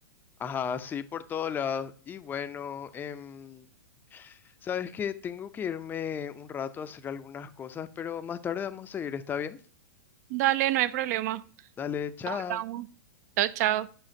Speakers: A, on the left; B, on the right.
A: Ajá, sí, por todos lados. Y bueno, em, sabes que tengo que irme un rato a hacer algunas cosas, pero más tarde vamos a seguir, ¿está bien?
B: Dale, no hay problema.
A: Dale, chao.
B: Hablamos. Chao, chao.